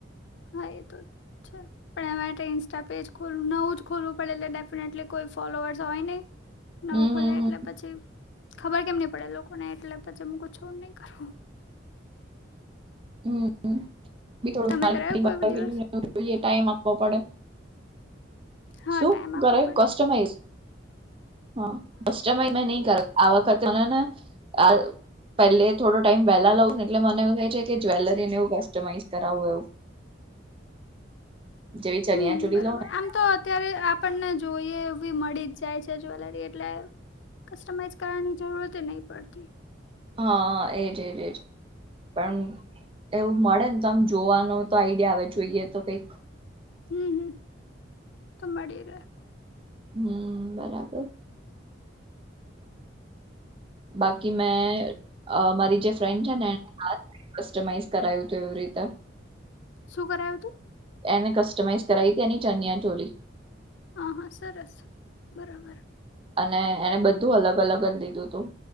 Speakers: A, on the left (about 75°); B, on the right (about 30°).
A: હા એ તો છે. પણ એમાં માટે ઇન્સ્ટા પેજ ખોલવું નવું જ ખોલવું પડે એટલે ડેફિનેટલી કોઈ ફોલોઅર્સ હોય, નહી. નવું
B: હમ
A: ખોલે
B: હમ
A: એટલે પછી ખબર કેમ નહી પડે લોકોને એટલે પછી હું ક છુ. નહી કરું
B: હમી થોડ
A: તમે કરાયું કોઈ
B: મા <unintelligible>
A: દિવસ
B: જોઈએ ટાઈમ આપવો પડે
A: હા
B: શું
A: ટાઈમ આપવો
B: કરે
A: પડે
B: કસ્ટમાઈઝ હા બ મે ન કર આવા <unintelligible> પેલે થોડો ટાઈમ વહેલા લઉં ને એટલે મને એવું થાય છે કે જ્વેલરીને એવું કસ્ટમાઈઝ કરાવવું એવું જેવી ચનિયાચોલી
A: હમ બરાબર
B: લવ ને
A: આમ તો અત્યારે આપણને જોઈએ એવી મળી જ જાય છે જ્વેલરી એટલે કસ્ટમાઈઝ કરવાની જરૂરત નહી પડતી.
B: હા એજ એજ પણ એવું મળે ને તો આમ જોવાનો તો આઈડિયા આવે જોઈએ તો કઈક
A: હમ હમ તો મળી રે
B: હમ બરાબર બાકી મેં મારી જે ફ્રેન્ડ છે ને કસ્ટમાઈઝ કરાયું હતું એવી રીતે
A: શું કરાયું તું
B: એને કસ્ટમાઈઝ કરાઈ હતી એની ચનિયા ચોલી
A: હા-હા સરસ બરાબર
B: અને એને બધા ધું અલગ અલગ જ લીધું તું